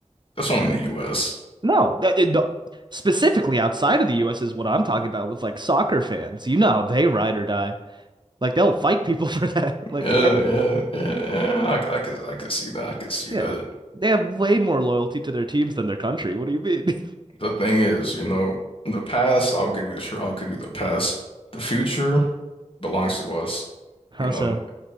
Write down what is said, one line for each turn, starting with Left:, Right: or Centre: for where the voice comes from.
Left: that's only in the U.S.
Right: No, that, it- no- specifically outside of the US is what I'm talking about with like soccer fans. You know how they ride or die. Like they'll fight people <laughs> for that. Like
Left: Yeah,
Right: they
Left: yeah, yeah, yeah. I, c- I could I could see that. I could see
Right: yeah.
Left: that.
Right: They have way more loyalty to their teams than their country. What do you mean?
Left: The thing is, you know, the past, I'll give you sure, I'll give you the past. The future belongs to us,
Right: <laughs> How
Left: you know.
Right: so?